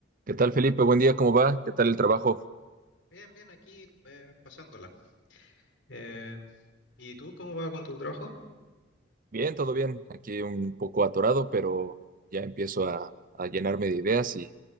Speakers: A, on the right; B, on the left.
A: ¿Qué tal, Felipe? Buen día, ¿cómo va? ¿Qué tal el trabajo?
B: Bien, bien, aquí eh, pasándola. Eh, ¿y tú cómo vas con tu trabajo?
A: Bien, todo bien. Aquí un poco atorado, pero ya empiezo a, a llenarme de ideas y